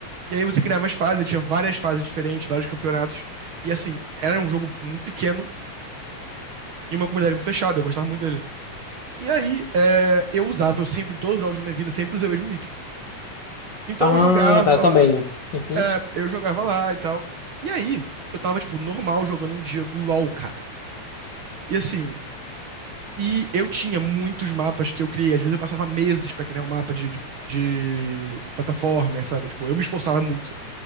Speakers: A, on the right; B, on the left.
A: E aí você criava as fases, tinha várias fases diferentes, vários campeonatos. E assim, era um jogo muito pequeno e uma comunidade muito fechada. Eu gostava muito dele. E aí, é, eu usava, eu sempre, em todos os jogos da minha vida, sempre usei o mesmo nick. Então
B: Ah,
A: eu jogava
B: tá, eu também.
A: lá,
B: Uhum.
A: é, eu jogava lá e tal. E aí, eu tava, tipo, normal jogando um dia LOL, cara. E assim, e eu tinha muitos mapas que eu criei. Às vezes eu passava meses pra criar um mapa de, de, de plataforma, sabe? Tipo, eu me esforçava muito.